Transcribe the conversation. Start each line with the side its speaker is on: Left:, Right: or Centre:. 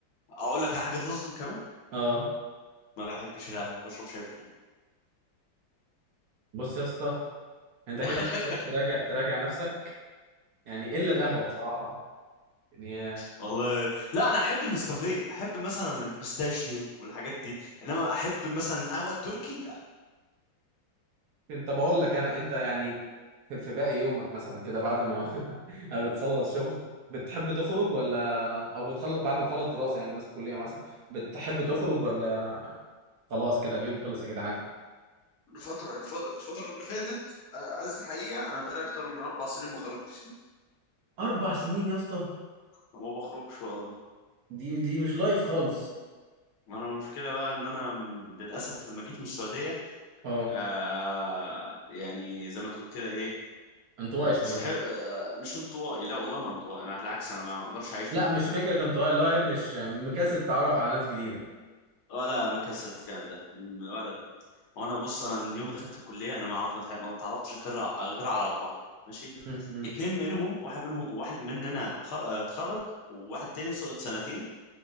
Left: اقول لك على حاجه تصدم كمان
Right: اه
Left: ما بحبش القهوه بشرب شاي بحليب
Right: بص يا اسطى انت كده
Left: <laughs>
Right: محتاج تراجع تراجع نفسك يعني الا القهوه بصراحه يعني
Left: والله لا انا احب النسكافيه احب مثلا البستاشيو والحاجات دي انما احب مثلا قهوه التركي لا
Right: انت بقول لك انا انت يعني في في باقي يومك مثلا كده بعد ما <laughs> بتخلص شغل بتحب تخرج ولا او بتخلص بعد ما تخلص دراسة يعني مثلا كلية مثلا بتحب تخرج ولا خلاص كده اليوم خلص يا جدعان
Left: الفترة الف- الفترة اللي فاتت آه، عايز الحقيقة أنا بقالي أكتر من أربع سنين ما خرجتش
Right: اربع سنين يا اسطى
Left: ما بخرجش والله
Right: دي دي مش لايف خالص
Left: ما انا المشكله بقى ان انا م- للاسف لما جيت من السعوديه
Right: اه
Left: آه يعني زي ما تقول كده ايه
Right: انطوائي
Left: آه
Right: شوية
Left: صحيح آه مش انطوائي لا والله ما انطوائي انا بالعكس انا ما اقدرش اعيش
Right: لا
Left: من
Right: مش
Left: غير
Right: فكرة انطوائي اللي هو ايه مش مكسل تتعرف على ناس جديدة
Left: ولا مكسر الكلام ده م- ولا ده وانا بص انا من يوم ما دخلت الكليه انا ما عرفت ما تع- ما اتعرفتش غير غير على اربعه ماشي
Right: م- م.
Left: اتنين منهم واحد منهم واحد مننا خر... اتخرج وواحد تاني سقط سنتين